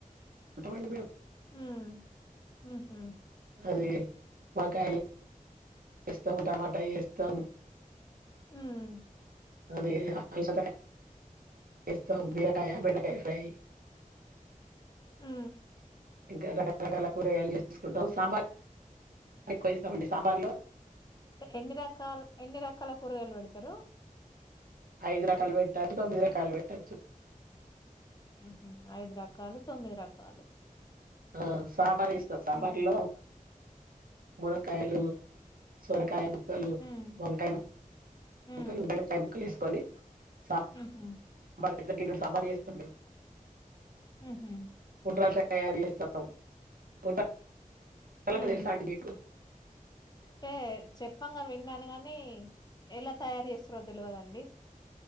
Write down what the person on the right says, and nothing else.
ఉంటామండి మేము
అది మాకా వేస్తాము టమాటా వేస్తాం
అదే అస ఇస్తాం బిరాయ బెండకాయ ఫ్రై
ఇంకా రకరకాల కూరగాయలు చేసేసుకుంటాం సాంబార్ ఎక్కువ ఇస్తామండి సాంబార్లు
ఐదు రకాలు పెట్టొచ్చు తొమ్మిది రకాలు పెట్టచ్చు
ఆ సాంబార్ ఇస్తాం సాంబార్లో
ములకాయలు సోరకాయ ముక్కలు
వంకాయ ముబ
ముక్క వేసుకొని సా
పెద్ద కిల్లు సాబారి చేస్తాం మేము
ఉండ్రాలు తయారు చేస్తాంట చలట
తెల్సా ఆడ్ బకు